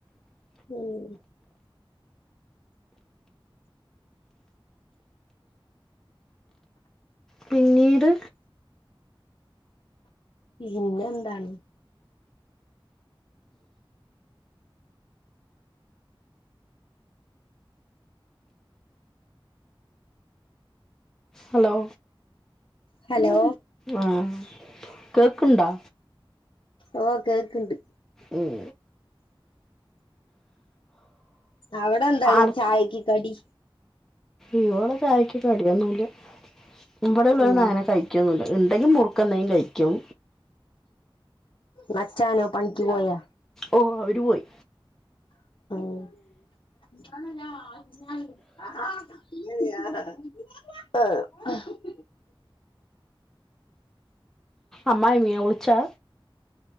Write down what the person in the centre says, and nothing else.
പിന്നീട്
ഹലോ
ആഹ് കേക്ക്ണ്ടോ
ഉം
ആളെ
ഇവോടെ ചായക്ക് കടിയൊന്നുല ഇവടെ ഉള്ളോരൊന്നും
അങ്ങനെ കയ് കയ്ക്കൊന്നുല ഇണ്ടെങ്കി മുറുക്കന്തെലും കയിക്കും
ഓഹ് അവര് പോയി
അമ്മായിയമ്മയവിളിച്ചെ